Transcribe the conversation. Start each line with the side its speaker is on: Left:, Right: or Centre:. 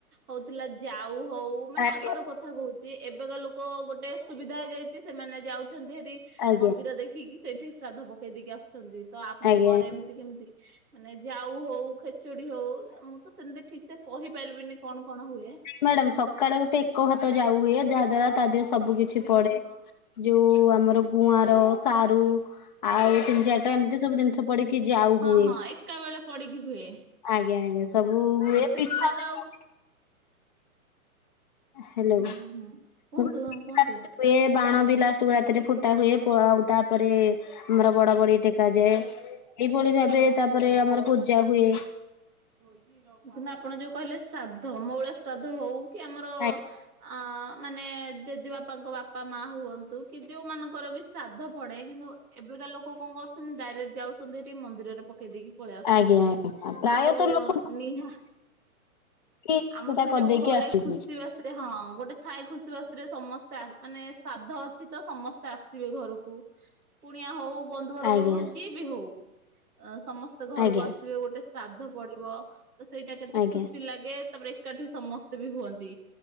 Right: ହଉଥିଲା ଯାଉ ହଉ ମାନେ
Left: ଆଜ୍ଞା
Right: ଆଗର କଥା କହୁଛି ଏବେକା ଲୋକ ଗୋଟେ ସୁବିଧା ହେଇଯାଇଛି ସେମାନେ ଯାଉଛନ୍ତି, ହେିରି
Left: ଆଜ୍ଞା
Right: ମନ୍ଦିର ଦେଖିକି ସେଇଠି ଶ୍ରାଦ୍ଧ ପକେଇ ଦେଇକି ଆସୁଛନ୍ତି। ତ ଆମ
Left: ଆଜ୍ଞା
Right: ଘରେ ଏମିତି କେମତି ମାନେ ଯାଉ ହଉ ଚଡି ହଉ ମୁଁ ତ ସେମିତି ଠିକ ସେ କହି ପାରିବିନି କଣ କଣ ହୁଏ।
Left: ମ୍ୟାଡାମ୍ ସକାଳେ ଗୋଟେ ଏକ ଭାତ ଯାଉ ହୁଏ ଯାହା ଦ୍ଵାରା ତା ଦେହରେ ସବୁ କିିଛି
Right: ହଁ
Left: ପଡେ
Right: ହଁ
Left: ଯୋଉ ଆମର ଗୁଆଁର ସାରୁ ଆଉ ତିନି ଚାରିଟା ଏମତିବୁ ଜିନିଷ ପଡିକି ଯାଉ
Right: ହଁ
Left: ହୁଏ
Right: ହଁ ଏକା ବେଳେ ପଡିକି ହୁଏ
Left: ଆଜ୍ଞା ଆଜ୍ଞା। ସବୁ ହୁଏ
Right: ଆଉ ସେଗୁଡାକ
Left: ପିଠା ବି
Right: ଆଉ
Left: ହୁଏ। ହେଲୋ
Right: ହୁଁ
Left: ମୁଁ
Right: ହୁଁ କୁହନ୍ତୁ
Left: କଲି
Right: ହଁ
Left: ପିଠା
Right: କୁହନ୍ତୁ।
Left: ବି ହୁଏ। ବାଣ ବି ଲାଷ୍ଟକୁୁ ରାତିରେ ଫୁଟା ହୁଏ ଆଉ ତାପରେ ଆମର ବଡ଼ ବଡ଼ି ଟେକି ଯାଏ ଏଇଭଳି ଭାବେ ତାପରେ ଆମର ହୁଏ।
Right: କିନ୍ତୁ ଆପଣ ଯୋଉ କହିଲେ ଶ୍ରାଦ୍ଧ ମଉଳା ଶ୍ରାଦ୍ଧ ହଉ କି ଆମର
Left: ଆ
Right: ଅ ମାନେ ଜେଜେବାପାଙ୍କ ବାପା ମା ହୁଅନ୍ତୁକି କି ଯୋଉ ମାନଙ୍କର ବି ଶ୍ରାଦ୍ଧ ପଡେ କିନ୍ତୁ। ଏବେକା ଲୋକ କଣ କରୁଛନ୍ତି ଡାଇରେକ୍ଟ ଯାଉଛନ୍ତି ଏଠି ମନ୍ଦିରରେ ପକେଇ ଦେଇକି ପଳେଇ ଆସୁଛନ୍ତି।
Left: ଆଜ୍ଞା ଆଜ୍ଞା ପ୍ରାୟତଃ
Right: ଯୋଉ
Left: ଲୋକ
Right: ନିହା
Left: କି
Right: ଆମର
Left: ସେଟା
Right: ସେ
Left: କରିଦେଇକି
Right: ଯୋଉ ଘରେ
Left: ଆସୁଛନ୍ତି।
Right: ଖୁସି ବାସିରେ ହଁ ଗୋଟେ ଥାଏ ଖୁସି ବାସି ରେ ସମସ୍ତେ। ମାନେ ଶ୍ରାଦ୍ଧ ଅଛି ତ ସମସ୍ତେ ଆସିବେ ଘରକୁ ପୁଣିଆ ହଉ ବନ୍ଧୁବର୍ଗ
Left: ଆଜ୍ଞା ଆଜ୍ଞା
Right: ହଉ ଯିଏ ବି ହଉ ଏଁ ସମସ୍ତେ ଘରକୁ
Left: ଆଜ୍ଞା
Right: ଆସି ଶ୍ରାଦ୍ଧ ପଡିବ ତ ସେଇଟା କେତେ
Left: ଆଜ୍ଞା
Right: ଖୁସି ଲାଗେ ତାପରେ ଏକାଠି ସମସ୍ତେ ବି ହୁଅନ୍ତି।